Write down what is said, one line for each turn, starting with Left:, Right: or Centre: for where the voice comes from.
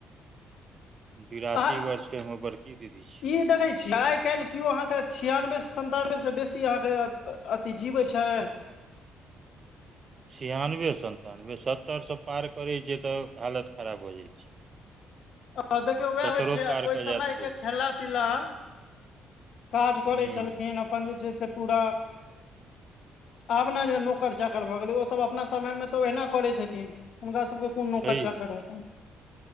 Right: बिरासी
Left: आ
Right: वर्ष के हमर बड़की दीदी छै
Left: की देखै छीय आइ काल्हि केओ अहाँके छिआनबे सन्तानबे सँ बेसी अहाँ कऽ अथी जीबै छै
Right: छियानबे सन्तानबे सत्तरिसँ पार करै छै तऽ हालत खराब भऽ जाइत छै
Left: आ देखियौ उएह
Right: सत्तरो
Left: होइ छै ओहि
Right: पार कऽ
Left: समयके
Right: जायत बहुत
Left: खेला पीला काज करै
Right: हूँ
Left: छलखिन अपन जे छै से पूरा आब नऽ जे नौकर चाकर भऽ गेलै ओसभ अपना समयमे तऽ ओहिना करैत हेथिन हुनका सभके कोनो
Right: छैहे
Left: नौकर चाकर हेतैन